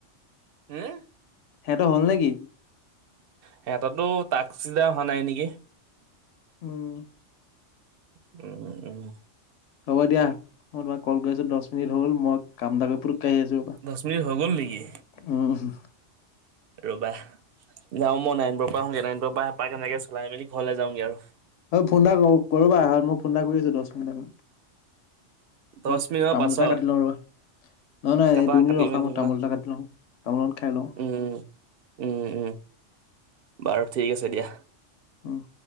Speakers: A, on the right (about 60°); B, on the left (about 75°).
A: হম
B: সিহঁতৰ হ'ল নেকি
A: সিহঁতো তো তাক চিধা অহা নাই নেকি
B: উম
A: উম উম
B: হ'ব দিয়া মই তোমাক কল কৰিছো দহ মিনিট হল মই কামদাব পুৰ কাই আছো ৰ বা
A: দহ মিনিট হৈ গ'ল নেকি
B: উম
A: ৰবা যাও মই নাইনপৰ পৰা হওঁগে নাইনবৰ পৰা এঁপাহ কেনেকে চলাই মেলি ঘৰলৈ যাওঁগে আৰু
B: হয় ফোন এটা কৰ কৰবাঁত মই ফোন এটা কৰি আছো দহ মিনিট ম
A: দহ
B: মই
A: মিনিটৰ
B: তামোল
A: পাছত
B: এটা কাটি লওঁ আৰু নহয় নহয়
A: কাটা
B: এই দুই মিনিট
A: কাটি
B: ৰখা
A: মেলি
B: মই তামোল এটা কাটি লওঁ তামোল এ খাই লওঁ
A: উম উম উম বাৰু ঠিক আছে দিয়া
B: আহ